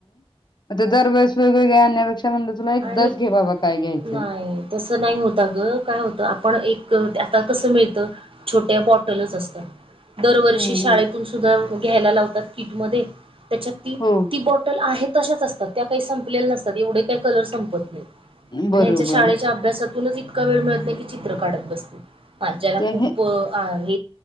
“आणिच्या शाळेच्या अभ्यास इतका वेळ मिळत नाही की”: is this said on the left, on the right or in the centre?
Right